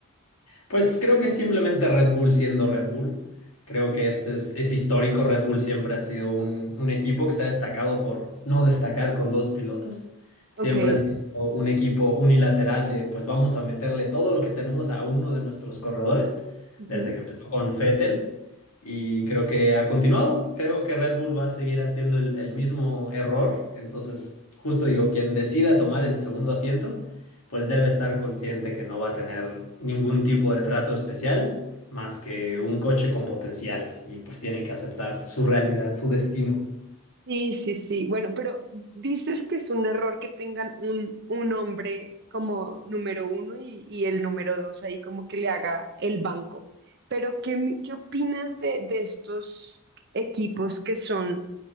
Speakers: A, on the left; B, on the right.
A: Pues creo que es simplemente Red Bull siendo Red Bull. Creo que es, es, es histórico. Red Bull siempre ha sido un, un equipo que se ha destacado por no destacar con dos pilotos. Siempre
B: Ok.
A: han sido un equipo unilateral de pues vamos a meterle todo lo que tenemos a uno de nuestros corredores
B: Ujú.
A: desde que empezó con Vettel. Y creo que ha continuado. Creo que Red Bull va a seguir haciendo el, el mismo error. Entonces, justo digo, quien decida tomar ese segundo asiento pues debe estar consciente que no va a tener ningún tipo de trato especial más que un coche con potencial y pues tienen que aceptar su realidad, su destino.
B: Sí, sí, sí. Bueno, pero dices que es un error que tengan un, un hombre como número uno y, y el número dos ahí como que le haga el banco. Pero ¿qué, qué opinas de, de estos equipos que son?